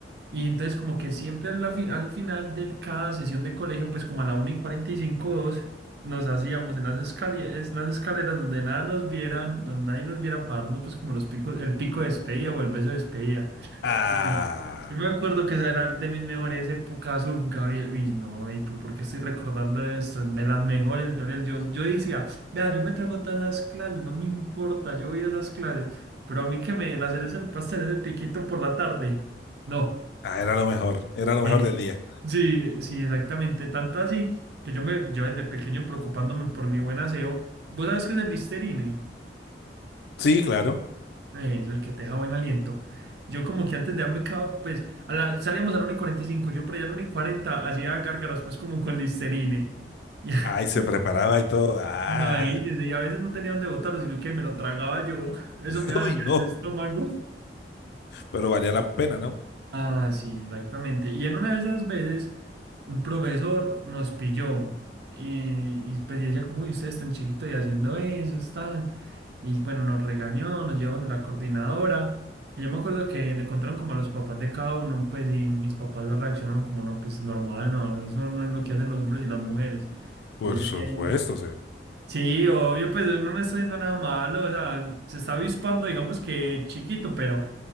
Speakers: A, on the right; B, on the left.
A: Y entonces como que siempre al, al final de cada sesión de colegio, pues como a la una y 45 o 2 nos hacíamos en las escaleras, en las escaleras donde nada nos vieran, donde nadie nos viera pararnos, pues como los picos, el pico de despedida o el beso de despedida.
B: Ah,
A: Ujú. Yo me acuerdo que esa era de mis mejores épocas, uf, Gabriel, uy, no, ey, pero ¿por qué estoy recordando esto? De las mejores, Gabriel, yo, yo decía, vea, yo me trago todas esas clases, no me importa, yo voy a esas clases, pero a mí que me den hacer es el pastel, ese piquito por la tarde, no.
B: ah, era lo mejor, era lo
A: Sí,
B: mejor del día.
A: sí, sí, exactamente. Tanto así que yo me, yo desde pequeño preocupándome por mi buen aseo. ¿Vos sabés qué es el Listerine?
B: Sí, claro.
A: Eso, el que te deja buen aliento. Yo como que antes de darme cava, pues, a la- salíamos al uno y cuarenta y cinco. yo por allá al uno y cuarenta hacía gárgaras pues como con Listerine. <laughs>
B: Ay, se preparaba y todo. Ah,
A: Y, imagínese, y a veces no tenía dónde botarlo, sino que me lo tragaba yo. Eso
B: <laughs>
A: me dañaba
B: uy, no,
A: el estómago.
B: pero valía la pena, ¿no?
A: Ah, sí, exactamente. Y en una de esas veces, un profesor nos pilló y, y pues y ella como, uy, ustedes están chiquitos y haciendo eso, están. Y bueno, nos regañó, nos llevaron de la coordinadora. Y yo me acuerdo que le contaron como a los papás de cada uno, pues, y mis papás le reaccionaron como, no, pues normal, no, eso no es lo que hacen los hombres y las mujeres.
B: Por
A: Y yo
B: supuesto,
A: llegué ahí,
B: o sea,
A: sí, obvio, pues uno no está haciendo nada malo, o sea, se está avispando, digamos que chiquito, pero...